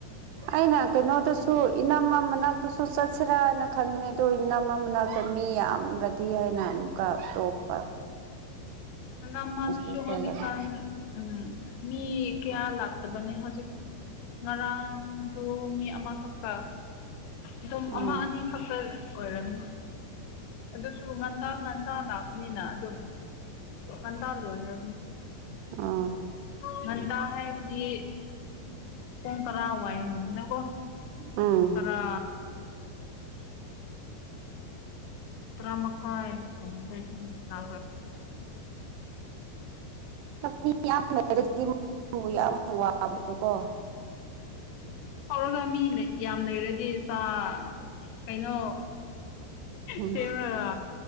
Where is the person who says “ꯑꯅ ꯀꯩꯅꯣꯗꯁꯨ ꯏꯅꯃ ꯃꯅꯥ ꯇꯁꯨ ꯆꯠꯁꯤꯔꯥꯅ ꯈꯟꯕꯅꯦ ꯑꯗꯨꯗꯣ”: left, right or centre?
Right